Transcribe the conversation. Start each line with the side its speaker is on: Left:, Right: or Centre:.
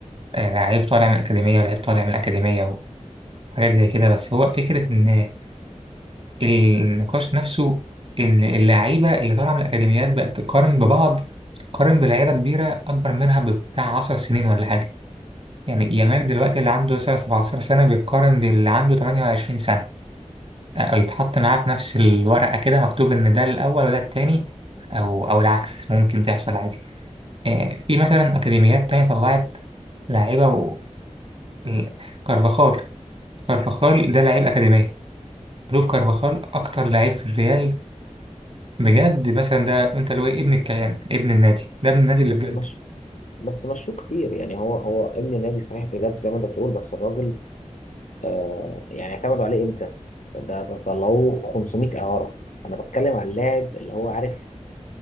Right: آه، لعيب طالع من الأكاديمية ولعيب طالع من الأكاديمية وحاجات زي كده بس هو فكرة إن النقاش نفسه إن اللعيبة اللي طالعة من الأكاديميات بقت تقارن ببعض تقارن بلعيبة كبيرة أكبر منها بتاع عشر سنين ولا حاجة يعني يامال دلوقتي اللي عنده مثلا 17 سنة بيتقارن باللي عنده 28 سنة أو يتحط معاه في نفس الورقة كده مكتوب إن ده الأول وده التاني أو أو العكس ممكن تحصل عادي آه، في مثلا أكاديميات تانية طلعت لاعيبة و... ال- كارفاخال كارفاخال ده لاعب أكاديمية لوف كارفاخال أكتر لاعب في الريال بجد مثلا ده أنت اللي هو إيه، ابن الكيان ابن النادي ده ابن النادي اللي
Left: بس
Right: بجد
Left: مش بس مشوه كتير يعني هو هو ابن نادي صحيح بجد زي ما انت بتقول بس الراجل آه يعني اعتمدوا عليه امتى؟ ده ده طلعوه 500 اعاره انا بتكلم عن اللاعب اللي هو عارف